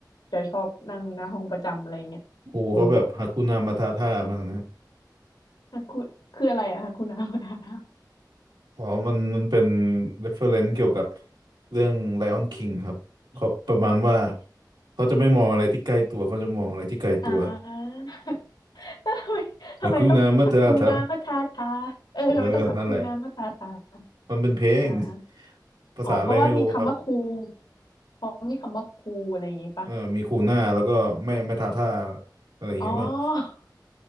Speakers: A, on the left (about 80°); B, on the right (about 85°).
A: จะชอบนั่งหน้าห้องประจำอะไรเงี้ยเออ
B: ครูเขาแบบฮาคุนามาทาท่ามากนะ
A: อ่ะคุณคืออะไรอะคะคุน้ามาทานา
B: อ๋อมันมันเป็น reference เกี่ยวกับเรื่อง Lion King ครับเขาประมาณว่าเขาจะไม่มองอะไรที่ใกล้ตัว เขาจะมองอะไรที่ไกลตัว
A: อ่า <laughs> ทำไมทำไมต้องหักคูนามาทาทาเออทำไมต้องหักคูนามาทาทา
B: แต่คูนามัตตาเออนั่นแหละ มันเป็นเพลง
A: อ่า
B: ภาษาอะไรไม่รู้ครับ
A: อ๋อเพราะว่ามีคำว่าคูเพราะมีคำว่าคูอะไรอย่างงี้ปะ
B: เออมีคูน่าแล้วก็ไม่ไม่ทาท่า อะไรอย่างเงี้ยป่ะ
A: อ๋อ